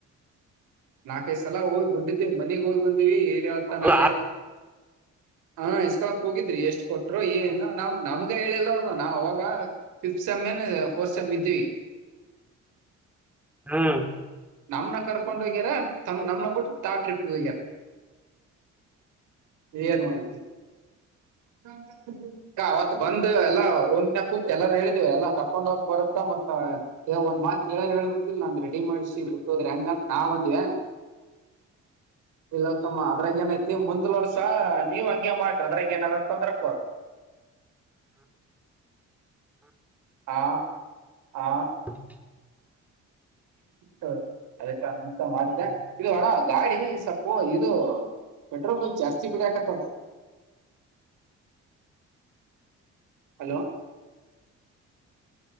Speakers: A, on the right; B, in the centre.
A: ನಾಲ್ಕೈ ಸಲ ಹೋಗಿ ಬಂದಿದ್ವಿ ಮನಿಗ್ ಹೋಗಿ ಬಂದ್ವಿ ಇವತ್ತ
B: ಹೌದಾ
A: ನಾಳೆ ಹಾ ಇಸ್ಕೊಳಕ್ ಹೋಗಿದ್ರಿ ಎಷ್ಟ್ ಕೊಟ್ರು ಏನು ನಾವ್ ನಮ್ಗ ಹೇಳಿಲ್ಲ ನಾವ್ ಅವಾಗ ಪಿಫ್ತ್ ಸೆಮ್ ಏನ್ ಫೋರ್ತ್ ಸೆಮ್ ಇದ್ವಿ <unintelligible>
B: ಹ್ಮ
A: ನಮ್ನ ಕರ್ಕೊಂಡ್ ಹೋಗ್ಯಾರ ತಮ ನಮ್ನ ಬಿಟ್ಟ ತಾ ಟ್ರಿಪ್ ಹೋಗ್ಯಾರ ಏ ಏನ್ ಮಾಡ್ತ <unintelligible> ಹ್ಮ ಹ್ಮ <inaudible> ಅವತ್ ಬಂದ ಎಲ್ಲಾ ರೂಮ್ನ ಕುಂತ್ ಎಲ್ಲಾರು ಹೇಳಿದೇವಿ ಎಲ್ಲ ಕಕೊಂಡ್ ಬರುತ್ತ ಮತ್ತ ಒಂದ್ ಮಾತ್ ಹೇಳೇಳಾರ ಹೇಲ್ ಬೇಕು ಇಲ್ ನಂಗ್ ರೆಡಿ ಮಾಡ್ಸಿ ಬಿಟ್ಟೋದ್ರೆ ಹೆಂಗಂತ ನಾವ್ ಅಂದ್ವಿ ಇಲ್ಲತ್ತಮ್ಮ ಅದ್ರಾಗ ಏನ ಐತಿ ಮುಂದ್ ವರ್ಷ ನೀವ್ ಹಂಗೆ ಮಾಡ್ರಿ ಅದ್ರಾಗ ಏನಾದಾರ ಚಂದ್ರಪೂರ್ <unintelligible> ಆ ಆ
B: ಹಾ <inaudible>
A: ಹ ಅದಕ
B: ಹ್ಮ್
A: ಮಾಡಿದ್ದೆ ಇದು ಅಣ್ಣ ಗಾಡಿ ಸಪ್ಪು ಇದು ಪೆಟ್ರೋಲ್ ಬೆಲ್ ಜಾಸ್ತಿ ಬಿಡ ಆಕತ್ತದ ಹಲೋ